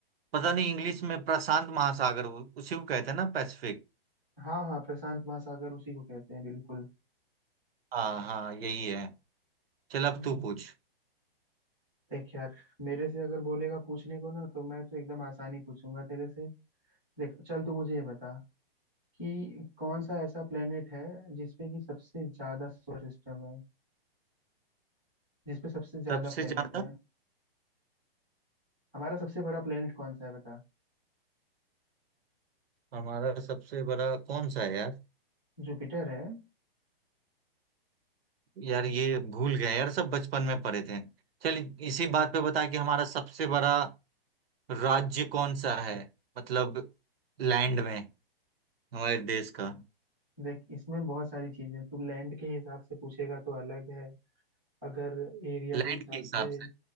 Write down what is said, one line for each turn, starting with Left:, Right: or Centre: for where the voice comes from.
Right: पता नहीं इंग्लिश में प्रशांत महासागर वो- उसी को कहते हैं ना पैसिफिक
Centre: हाँ हाँ प्रशांत महासागर उसी को कहते हैं बिल्कुल
Right: हाँ हाँ यही है चल अब
Centre: हम्म,
Right: तू पूछ
Centre: देख यार मेरे से अगर बोलेगा पूछने को ना तो मैं तो एकदम आसानी पूछूंगा तेरे से देख चल तू मुझे ये बता कि कौन सा ऐसा प्लेनेट है जिसपे कि सबसे ज्यादा सोलर सिस्टम है जिसपे सबसे ज्यादा
Right: सबसे
Centre: प्लेनेट
Right: ज्यादा
Centre: है हमारा सबसे बड़ा प्लेनेट कौन सा है बता
Right: हमारा सबसे बड़ा कौन सा है यार
Centre: जुपिटर है
Right: यार ये भूल गए यार सब बचपन में पढ़े थे चल इसी बात पे बता कि हमारा सबसे बड़ा राज्य कौन सा है मतलब लैंड में हमारे देश का
Centre: देख इसमें बहुत सारी चीजें हैं। तू लैंड के हिसाब से पूछेगा तो अलग है अगर एरिया
Right: लैंड
Centre: के हिसाब
Right: के हिसाब
Centre: से
Right: से